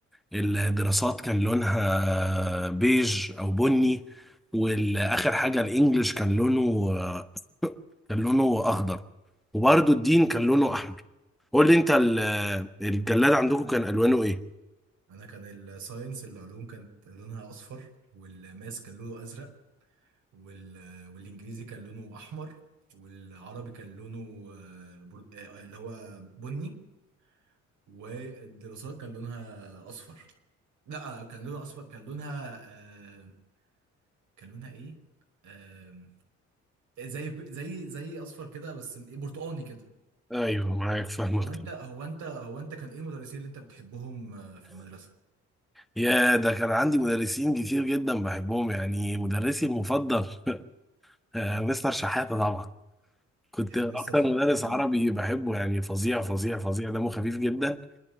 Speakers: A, in the centre; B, on the right.
A: الدراسات كان لونها آه، بيج أو بني والآخر حاجة الإنجليش كان لونه آه، كان لونه أخضر وبرضه الدين كان لونه أحمر قول لي أنت ال- الجلاد عندكم كان ألوانه إيه؟
B: انا كان الساينس العلوم كانت لونها اصفر والماس كان لونه ازرق وال... والانجليزي كان لونه احمر والعربي كان لونه آه، بر... آه، آه، اللي هو بني والدراسات كان لونها اصفر لا آه، كان لونها اصفر كان لونها آه، كان لونها ايه آه، زي ب- زي زي اصفر كده بس م- إيه، برتقاني كده
A: ايوه معاك فاهمك
B: هو
A: طبعا
B: انت هو انت هو انت كان ايه المدرسين اللي انت بتحبهم آه، في المدرسة
A: يا ده كان عندي مدرسين كتير جدا بحبهم يعني مدرسي المفضل <laughs> آه، مستر شحاتة طبعا كنت
B: تحب
A: اكتر
B: مستر
A: مدرس
B: ده كان
A: عربي بحبه يعني فظيع فظيع فظيع دمه خفيف جدا